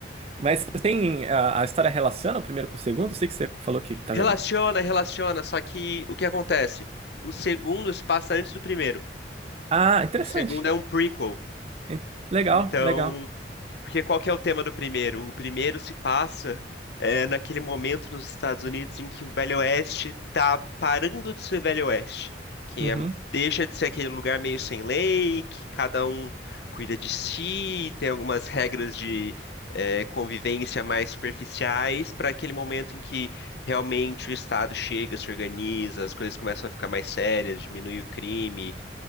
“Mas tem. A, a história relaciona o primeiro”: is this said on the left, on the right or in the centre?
Right